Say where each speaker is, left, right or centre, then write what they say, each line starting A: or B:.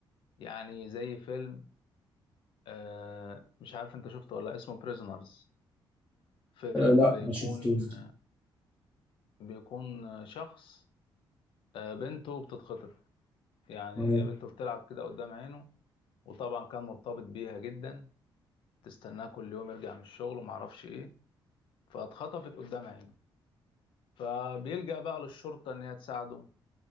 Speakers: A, on the left (about 75°); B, on the left (about 20°).
A: يعني زي فيلم آه، مش عارف انت شفته ولا لأ، اسمه بريزونرز فيلم
B: آه، لا
A: بيكون
B: ما شفتوش دي
A: بيكون شخص آه، بنته بتتخطف يعني
B: آه.
A: هي بنته بتلعب كده قدام عينه وطبعا كان مرتبط بيها جدا تستناه كل يوم يرجع من الشغل ومعرفش ايه فاتخطفت قدام عينه فبيلجأ بقى للشرطة ان هي تساعده